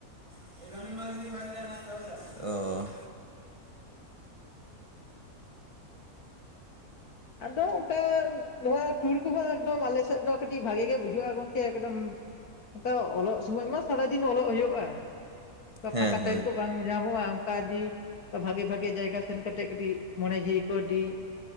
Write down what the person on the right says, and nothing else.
<unintelligible> ᱚᱹᱹᱹ
ᱦᱮᱸ
ᱦᱮᱸ